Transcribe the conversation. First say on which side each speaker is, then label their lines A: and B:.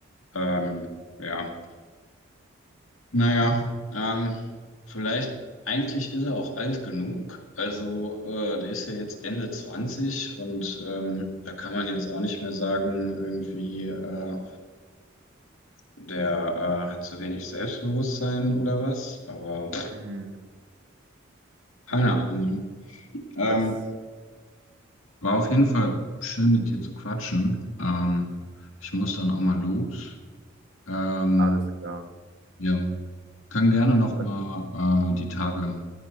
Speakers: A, on the left; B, on the right.
A: Ähm, ja. Naja, ähm, vielleicht, eigentlich ist er auch alt genug. Also, äh, der ist ja jetzt Ende 20 und ähm, da kann man jetzt auch nicht mehr sagen, irgendwie, äh, der äh, hat zu wenig Selbstbewusstsein oder was. Aber
B: Mhm.
A: keine
B: Ja,
A: Ahnung. Mann. Ähm,
B: das
A: War auf jeden Fall schön mit dir zu quatschen. Ähm, ich muss dann auch mal los. Ähm,
B: alles klar.
A: ja, können gerne noch
B: Und,
A: mal äh, die Tage,